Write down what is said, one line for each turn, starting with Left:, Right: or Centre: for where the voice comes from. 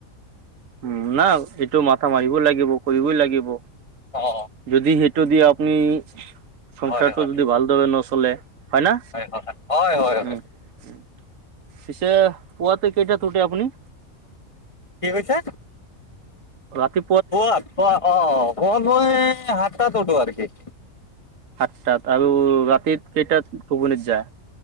Right: উম, না এইটো মাথা মাৰিব লাগিব, কৰিবই লাগিব,
Left: অ
Right: যদি সি। টো, যদি আপুনি সংসাৰটো
Left: হয় হয়
Right: যদি ভালদৰে নচলে। হয় না,
Left: হয় হয় হয়
Right: উম,
Left: হয়
Right: উম। পিছে পুৱাতে কেইটাত উঠে আপুনি?
Left: কি কৈছে?
Right: ৰাতি।
Left: পুৱাত পুৱাত অ', পুৱাত মই সাতটাত উঠোঁ আৰু কি।
Right: সাতটাত, আৰু ৰাতি কেইটাত টোপনি যাই?